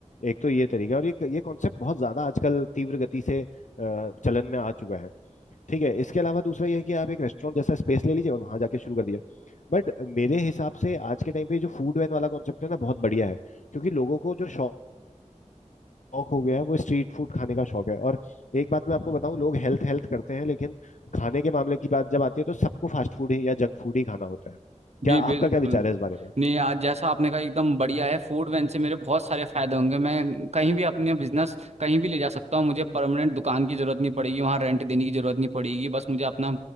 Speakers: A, on the left; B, on the right.
A: एक तो ये तरीका है और ये ये कॉन्सेप्ट बहुत ज्यादा आजकल तीव्र गति से अ, चलन में आ चुका है ठीक है इसके अलावा दूसरा यह है कि आप एक रेस्टोरेंट जैसा स्पेस ले लीजिए और वहां जाके शुरू कर दीजिए बट मेरे हिसाब से आज के टाइम पे जो फूड वैन वाला कॉन्सेप्ट है ना बहुत बढ़िया है क्योंकि लोगों को जो शौक शौक हो गया है वो स्ट्रीट फूड खाने का शौक है और एक बात मैं आपको बताऊं लोग हेल्थ हेल्थ करते हैं लेकिन खाने के मामले की बात जब आती है तो सबको फास्ट फूड ही या जंक फूड ही खाना होता है
B: जी
A: क्या
B: बिल्कुल
A: आपका क्या विचार है इस बारे में
B: नहीं आज जैसा आपने कहा एकदम बढ़िया है फूड वैन से मेरे बहुत सारे फायदे होंगे मैं कहीं भी अपने बिजनेस कहीं भी ले जा सकता हूँ मुझे परमानेंट दुकान की जरूरत नहीं पड़ेगी वहाँ रेंट देने की जरूरत नहीं पड़ेगी बस मुझे अपना